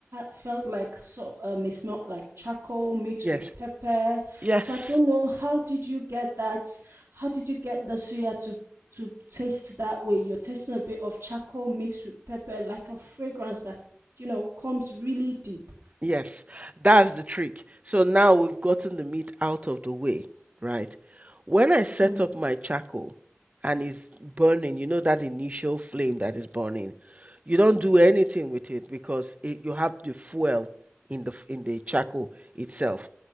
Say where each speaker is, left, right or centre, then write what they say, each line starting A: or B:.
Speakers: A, on the right; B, on the right.
A: felt like so um it smelled like charcoal mixed
B: yes
A: with pepper.
B: yes
A: So I don't know how did you get that? How did you get the suya to to taste that way? You're tasting a bit of charcoal mixed with pepper, like a fragrance that you know comes really deep.
B: Yes, that's the trick. So now we've gotten the meat out of the way, right? When I set
A: Yeah.
B: up my charcoal and it's burning, you know that initial flame that is burning, you don't do anything with it because it, you have the fuel in the f- in the charcoal itself,